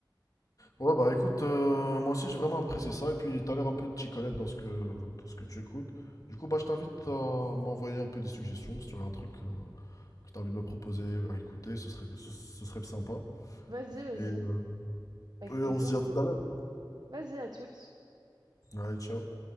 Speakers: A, on the left (about 45°); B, on the right (about 55°).
A: Ouais, bah écoute, euh, moi aussi j'ai vraiment apprécié ça et puis t'as l'air un peu de t'y connaître dans ce que, dans ce que tu écoutes. Du coup, bah je t'invite à m'envoyer un peu des suggestions si tu aurais un truc euh, que tu as envie de me proposer à écouter, ce serait, ce serait sympa.
B: Vas-y, vas-y.
A: Et, euh,
B: Avec
A: et
B: plaisir.
A: on se dit
B: hein.
A: à tout à l'heure.
B: Vas-y, à toutes.
A: Allez, ciao.